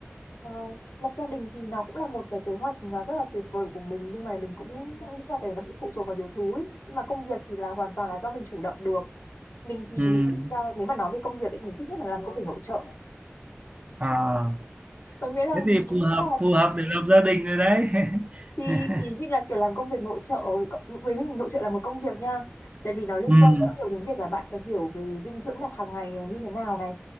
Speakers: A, on the left; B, on the right.
A: Ờ, lập gia đình thì nó cũng là một cái kế hoạch mà rất là tuyệt vời của mình nhưng mà mình cũng nghĩ là cái đấy nó bị phụ thuộc vào nhiều thứ ấy. nhưng mà công việc thì là hoàn toàn là do mình chủ động được mình thì
B: Ừm.
A: mình thích ờ, nếu mà nói về công việc ấy mình thích nhất là làm công việc nội trợ
B: À,
A: có nghĩa là
B: thế
A: mình
B: thì phù
A: nghĩ
B: hợp
A: là
B: phù hợp để lập gia đình rồi đấy.
A: thì
B: <laughs>
A: ý như là kiểu làm công việc nội trợ cộng- với mình nội trợ là một công việc nha tại vì nó liên
B: Ừm,
A: quan rất nhiều đến việc là bạn phải hiểu về dinh dưỡng đặc hàng ngày là như thế nào này